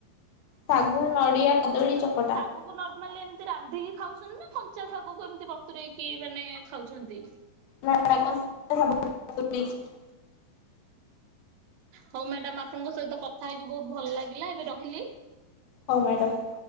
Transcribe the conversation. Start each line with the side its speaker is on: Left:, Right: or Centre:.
Left: ଶାଗୁ ନଡ଼ିଆ କଦଳୀ ଚକଟା।
Right: ଗୁ କୁ ନର୍ମାଲି ଏମତି ରାନ୍ଧିକି ଖାଉଚ ନ୍ତି ନା କଞ୍ଚା ଶାଗକୁ ଏମିତି ବତୁରେଇକି ମାନେ ଖାଉଚନ୍ତି?
Left: ନା ନା <unintelligible>
Right: ହଉ ମ୍ୟାଡାମ ଆପଣଙ୍କ ସହିତ କଥା ହେଇକି ବହୁତ ଭଲ ଲାଗିଲା ଏବେ ରହିଲି।
Left: ହଉ ମ୍ୟାଡ଼ାମ।